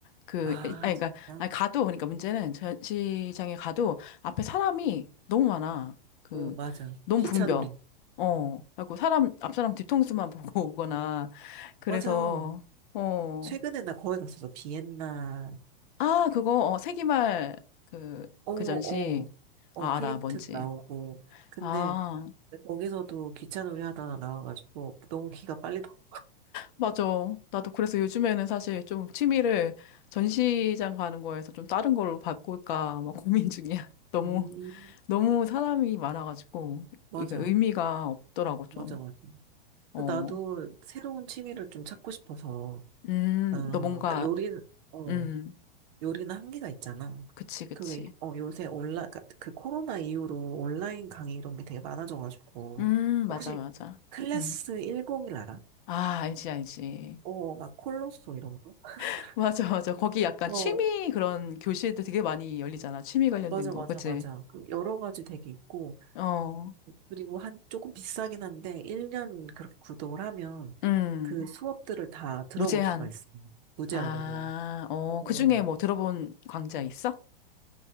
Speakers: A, on the left; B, on the right.
A: 그,
B: 아
A: 아니,
B: 진짜?
A: 그니까, 아니, 가도, 그러니까 문제는 전시장에 가도 앞에 사람이 너무 많아. 그,
B: 어 맞아
A: 너무
B: 기차놀이
A: 붐벼. 어, 그리고 사람, 앞 사람 뒤통수만 <laughs> 보고 오거나, 그래서,
B: 맞아
A: 어,
B: 최근에 나 거기 갔었어 비엔나
A: 아, 그거, 어, 세기말, 그,
B: 어어어
A: 그 전시, 아,
B: 클림트
A: 알아, 뭔지.
B: 나오고 근데
A: 아,
B: 근데 거기서도 기차놀이 하다가 나와가지고 너무 기가 빨리 돌아.
A: 맞아. 나도 그래서 요즘에는 사실 좀 취미를 전시장 가는 거에서 좀 다른 걸로 바꿀까 막 고민 중이야. <laughs> 너무,
B: 음.
A: 너무 사람이 많아가지고,
B: 맞아,
A: 이게 의미가 없더라고, 좀.
B: 맞아, 맞아.
A: 어.
B: 그 나도 새로운 취미를 좀 찾고 싶어서, 어,
A: 음,
B: 그러니까
A: 너 뭔가,
B: 요리는, 어,
A: 음,
B: 요리는 한계가 있잖아.
A: 그치, 그치.
B: 그 왜, 어, 요새 온라, 그러니까 그 코로나 이후로 온라인 강의 이런 게 되게 많아져가지고,
A: 음, 맞아,
B: 혹시
A: 맞아.
B: 클래스
A: 음.
B: 101 알아?
A: 아, 알지, 알지.
B: 어, 막 콜로소 이런 거? <laughs>
A: <laughs> 맞아, 맞아. 거기 약간
B: 어,
A: 취미 그런 교실도 되게 많이 열리잖아. 취미 관련된
B: 맞아,
A: 거,
B: 맞아,
A: 그치?
B: 맞아. 그 여러 가지 되게 있고,
A: 어,
B: 그리고 한 조금 비싸긴 한데 1년 그렇게 구독을 하면
A: 음,
B: 그 수업들을 다 들어볼
A: 무제한.
B: 수가 있어요. 무제한으로.
A: 아, 어,
B: 어,
A: 그중에 뭐 들어본 강좌 있어? <gasps>